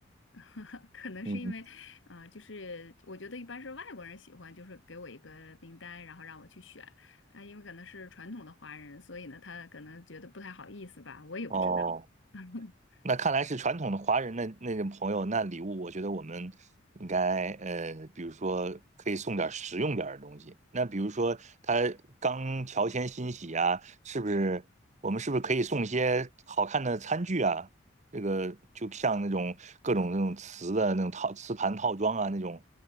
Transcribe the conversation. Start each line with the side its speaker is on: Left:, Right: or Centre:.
Left: <laughs> 可能是因为，
Right: 嗯，
Left: 呃，就是我觉得一般是外国人喜欢，就是给我一个名单，然后让我去选。他因为可能是传统的华人，所以呢，他可能觉得不太好意思吧，我也不知道。
Right: 哦，
Left: <laughs>
Right: 那看来是传统的华人的那种朋友，那礼物我觉得我们应该呃，比如说可以送点实用点的东西。那比如说他刚乔迁新喜啊，是不是我们是不是可以送一些好看的餐具啊？这个就像那种各种那种瓷的那种套瓷盘套装啊，那种